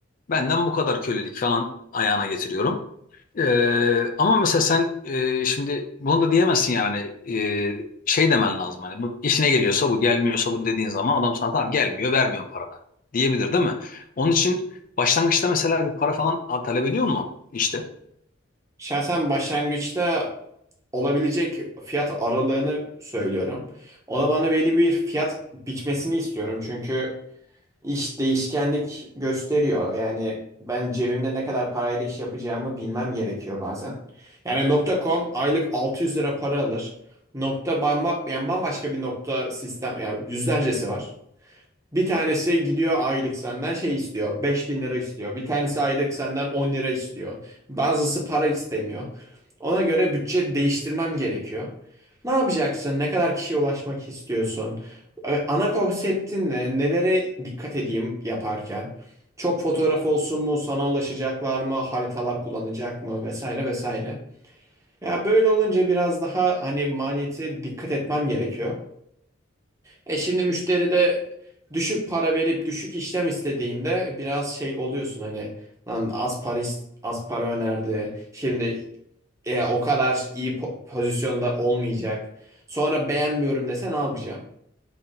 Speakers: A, on the left; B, on the right.
A: Benden bu kadar kölelik falan ayağına getiriyorum. Ee, ama mesela sen e, şimdi bunu da diyemezsin yani hani, e, şey demen lazım hani bu işine geliyorsa bu gelmiyorsa bu dediğin zaman adam sana tamam gelmiyor vermiyorum paranı diyebilir değil mi? Onun için başlangıçta mesela bir para falan talep ediyor mu işte?
B: Şahsen başlangıçta olabilecek fiyat aralığını söylüyorum. O da bana belli bir fiyat biçmesini istiyorum. Çünkü iş değişkenlik gösteriyor. Yani ben cebimde ne kadar parayla iş yapacağımı bilmem gerekiyor bazen. Yani nokta .com aylık 600 lira para alır. Nokta bamba, yani bambaşka bir nokta sistem yani yüzlercesi var. Bir tanesi gidiyor aylık senden şey istiyor. 5000 lira istiyor. Bir tanesi aylık senden 10 lira istiyor. Bazısı para istemiyor. Ona göre bütçe değiştirmem gerekiyor. Ne yapacaksın? Ne kadar kişiye ulaşmak istiyorsun? Ee, Ana konseptin ne? Nelere dikkat edeyim yaparken? Çok fotoğraf olsun mu? Sana ulaşacaklar mı? Haritalar kullanacak mı? Vesaire vesaire. Ya böyle olunca biraz daha hani maliyete dikkat etmem gerekiyor. E şimdi müşteri de düşük para verip düşük işlem istediğinde biraz şey oluyorsun hani lan az para is- az para önerdi. Şimdi e, o kadar iyi po- pozisyonda olmayacak. Sonra beğenmiyorum dese ne yapacağım?